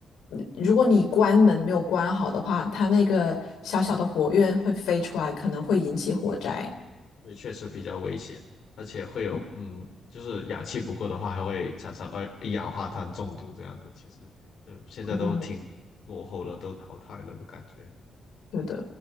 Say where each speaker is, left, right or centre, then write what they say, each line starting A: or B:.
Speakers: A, on the left (about 85°); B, on the left (about 70°).
A: 嗯如果你关门没有关好的话，它那个小小的火焰会飞出来，可能会引起火灾。
B: 对，确实比较危险，而且会有，
A: 嗯，
B: 嗯，就是氧气不够的话，还会产生二一氧化碳中毒这样子。其实，嗯，现在都挺落后了，
A: 哦
B: 都淘汰了的感觉。
A: 对的，